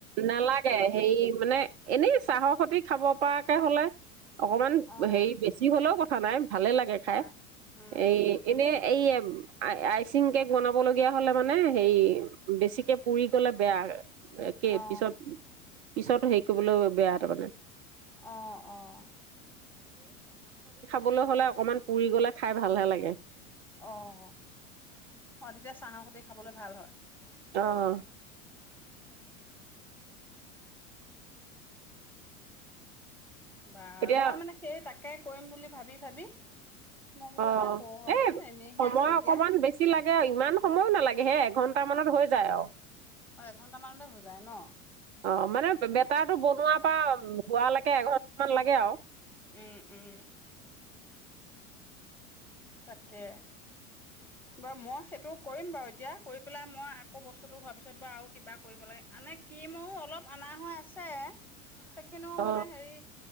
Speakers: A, on the right (about 50°); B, in the centre.
A: নালাগে হে মানে এনেই চাহৰ সতি খাব পৰাকে হলে অকমান
B: অ
A: হেৰি বেছি হলেও কথা খ নাই ভালে লাগে
B: কথা
A: খাই
B: নাই উম
A: এই
B: উম
A: এনেই এই আ আইচিং কেক বনাব লগগীয়া হলে মানে হে বেছিকে পুৰি গলে বেয়া এ কে
B: অ
A: পছত পিছত হেৰি কৰিবলৈ বেয়া তাৰ মানে
B: আহ আহ
A: কবলৈ হলে অকণমান পুৰি গলে খাই ভালহে লাগে
B: অ অ তেতিয়া চাহৰ সৈতে খাবলৈ ভাল হয়
A: অহ
B: পাই লাগে বাৰু
A: এতিয়া
B: মই মানে সেই তাক ট্ৰায় কৰিম বুলি ভাবি ভাবি মই বোলো
A: অ
B: এটা কৰো ৰচোন
A: এ
B: এনেইহে
A: সময়
B: আছো এতিয়া
A: অকমান বেছি লাগে ইমান সময়ো নালাগে হে এঘন্টা টা মানত হৈ যায় আৰু
B: অ এঘন্টা মানতে হৈ যায় ন।
A: অ মানে বেটাৰটো বনোৱা পাম হোৱালৈকে এঘন্টা মান লাগে <unintelligible>
B: উম, উম। তাকে। বাৰু মই সেইটো কৰিম বাৰু এতিয়া কৰি পেলাই মই আকৌ বস্তুটো ভাবিছো বাৰু আৰু কিবা কৰিব লাগে এনে ক্ৰীমৰো অলপ অনা হৈ আছে। সেইখিনিও
A: অ
B: মানে হেৰি